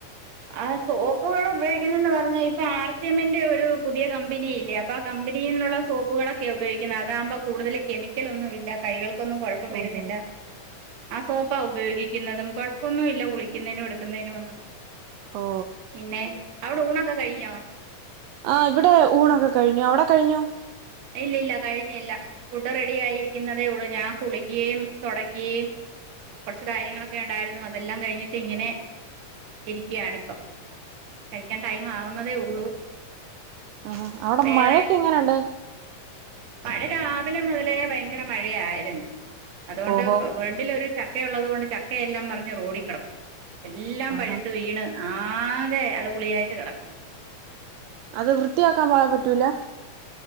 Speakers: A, on the right; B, on the right.
A: ആ സോപ്പുകൾ ഉപയോഗിക്കുന്നന്ന് പറഞ്ഞാ ഇപ്പൊ ആർ സി എമ്മിന്റെ ഒരു പുതിയ കമ്പനി അപ്പൊ കമ്പനിയിൽന്നുള്ള സോപ്പുകളൊക്കെ െ ഉപയോഗിക്കുന്നത്താവുമ്പോ കൂതൽ കെമിക്കൽ ഒന്നുമില്ല കൈകൾ ൊന്നും കുഴപ്പം വരുന്നില്ല
B: ഓഹോ
A: ആ സോപ്പ ഉപയോഗിക്കുന്നതും കൊഴപ്പമൊന്നുമ ഇല്ല കുളിക്കുന്നതിനും എടുക്കുന്നതിനും ഒന്നും
B: ഓ
A: പിന്നെ അവിടെ ഊണൊക്കെ കഴഞ്ഞാ
B: ആ് ഇവിടെ ഊണൊക്കെ കഴിഞ്ഞു അവിടെ കഴിഞ്ഞു
A: ഇല്ല ഇല്ല കഴിഞ്ഞില്ല ഫുഡ് റെഡി ആയിരിക്കുന്നതേ ഉള്ളൂ ഞാൻ കുളിക്കയും തുടക്കിയെയും കുറച്ച് കാര്യങ്ങളൊക്കെ ഉണ്ടായിരുന്നു അതെല്ലാം കഴിഞ്ഞട്ട് ഇങ്ങനെ ഇരിക്കുകയാണ് ഇപ്പം കഴിക്കാൻ ടൈം ആവുന്നതേ ഉ ഉള്ളൂ
B: ആഹ അവിടെ
A: വേറെ
B: മഴൊക്കെ എങ്ങനെയുണ്ട്
A: മഴ രാവിലെ മുതലേ ഭയങ്കര മഴയായിരുന്നു അതുകൊണ്ട്
B: ഓഹോ
A: ഫ്രണ്ടിലൊ ഒരു ച ചക്ക ഉള്ളതുകൊണ്ട് ചക്ക എല്ലാം മറിഞ്ഞ് റോഡിക്കിടക്കാ എല്ലാം
B: ആഹാ
A: പഴുത്ത് വീണ് ആകെ അളുപുളിയായിട്ട് കിടക്കുന്നു
B: അത് വൃത്തിയാക്കാൻ പോവാൻ പറ്റൂല